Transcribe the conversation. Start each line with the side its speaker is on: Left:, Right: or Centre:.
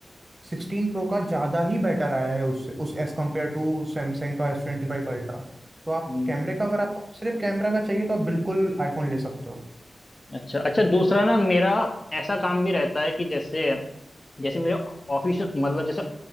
Right: सिक्सटीन प्रो का ज़्यादा ही बेटर आया है उससे उस एज कम्पेयर टू सैमसंग का एस ट्वेंटी फाइव अल्ट्रा तो आप
Left: हम्म,
Right: कैमरे का अगर आप सिर्फ कैमरा का चाहिए तो आप बिल्कुल आईफोन ले सकते हो
Left: अच्छा अच्छा दूसरा ना मेरा ऐसा काम भी रहता है कि जैसे जैसे मेरे ऑफिस मतलब जैसे